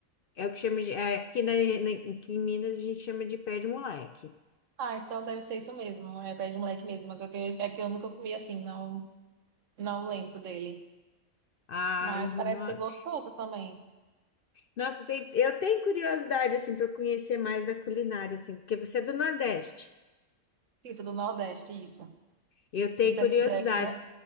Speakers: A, on the left; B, on the right.
A: É o que chama de. É, aqui, na, na- aqui em Minas a gente chama de pé de moleque.
B: Ah, então deve ser isso mesmo. É pé de moleque mesmo. É que eu, é que eu nunca comi assim, não, não lembro dele.
A: Ai,
B: Mas parece
A: não,
B: ser gostoso também.
A: Nossa, tem- eu tenho curiosidade, assim, para conhecer mais da culinária, assim, porque você é do Nordeste.
B: Isso, do Nordeste, isso.
A: Eu tenho
B: E você
A: curiosidade.
B: é do Sudeste, né?